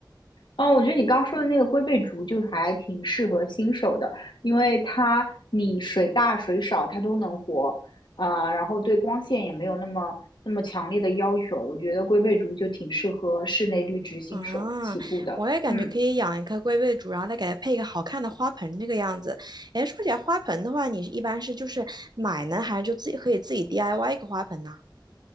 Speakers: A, on the left (about 70°); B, on the right (about 60°).
A: 嗯，我觉得你刚说的那个龟背竹就还挺适合新手的，因为它你水大水少它都能活，啊、然后对光线也没有那么那么强烈的要求。我觉得龟背竹就挺适合室内绿植新手起步的。
B: 啊，我也感觉可以养一棵龟背竹，
A: 嗯。
B: 然后再给它配一个好看的花盆，这个样子。哎，说起来花盆的话，你一般是就是买呢，还是就自己可以自己 DIY 一个花盆呢？